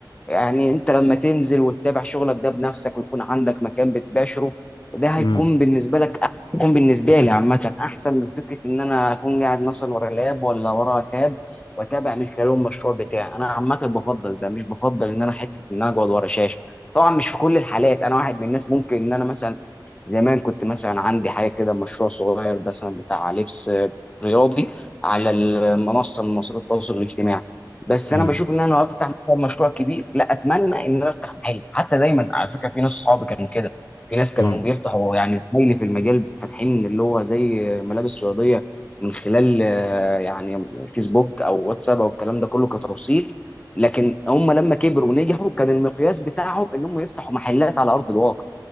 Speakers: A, on the left; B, on the left.
A: يعني انت لما تنزل وتتابع شغلك ده بنفسك ويكون عندك مكان بتباشره ده هيكون
B: امم
A: بالنسبه لك أح- هيكون بالنسبه لي عامه احسن من فكره ان انا اكون قاعد مثلا ورا لاب ولا ورا تاب واتابع من خلاله المشروع بتاعي انا عامه بفضل ده مش بفضل ان انا حته ان انا اقعد ورا شاشه طبعا مش في كل الحالات انا واحد من الناس ممكن ان انا مثلا زمان كنت مثلا عندي حاجه كده مشروع صغير مثلا بتاع لبس رياضي على المنصه من منصات التواصل الاجتماعي بس
B: امم
A: انا بشوف ان انا لو افتح مثلا مشروع كبير لا اتمنى ان انا افتح محل حتى دايما على فكره في ناس صحابي كانوا كده في ناس كانوا
B: امم
A: بيفتحوا يعني زمايلي في المجال فاتحين اللي هو زي ملابس رياضيه من خلال آه، يعني فيسبوك او واتساب او الكلام ده كله كتوصيل لكن هم لما كبروا ونجحوا كان المقياس بتاعهم ان هم يفتحوا محلات على ارض الواقع